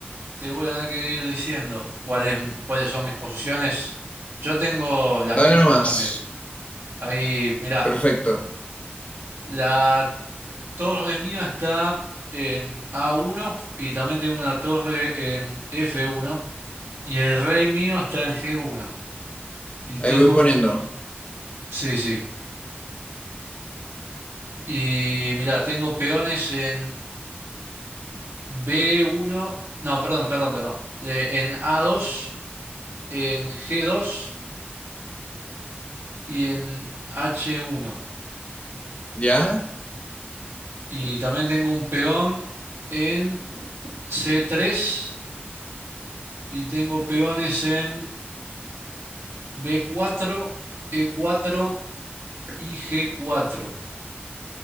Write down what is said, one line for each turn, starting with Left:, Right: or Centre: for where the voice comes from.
Right: te voy a tener que ir diciendo cuáles, cuáles son mis posiciones. Yo tengo las
Left: Dale
Right: tuyas
Left: nomás.
Right: también. Ahí, mira,
Left: Perfecto.
Right: la torre mía está en A1 y también tengo una torre en F1 y el rey mío está en G1. Y
Left: Ahí
Right: tengo,
Left: voy poniendo.
Right: sí, sí. Y mira, tengo peones en B1, no, perdón, perdón, perdón. Eh, en A2, en G2 y en H1.
Left: Ya,
Right: Y también tengo un peón en C3 y tengo peones en B4, E4 y G4.